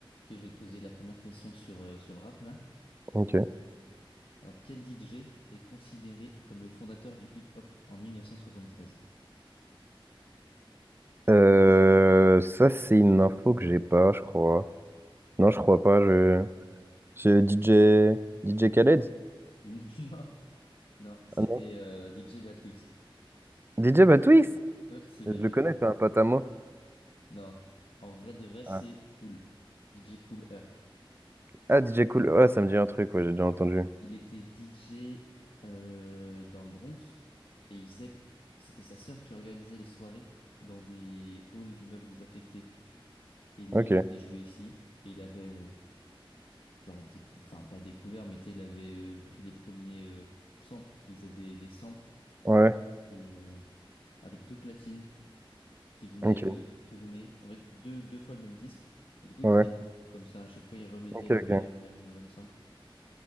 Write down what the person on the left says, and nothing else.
Ok, je vais te poser la première question sur, euh, sur le rap là.
Alors, quel DJ est considéré comme le fondateur du hip-hop en 1973?
<laughs> Non, non, c'était
euh, DJ Batwix.
Ouais, c'est
bien
lui.
Non, en vrai de vrai, c'est
Cool. DJ Cool Herc.
Il était DJ euh, dans le Bronx et il faisait. C'était sa sœur qui organisait les soirées dans des halls d'immeubles désaffectés. Et lui,
il venait jouer ici et il avait euh, genre décou enfin pas découvert mais tu sais il avait euh, pris les premiers euh, samples il faisait des, des samples
et euh, avec deux platines qui venaient
euh, tourner en fait deux deux fois le même disque et du coup il
faisait une boucle comme ça à chaque fois il remettait
le
même le même le même sample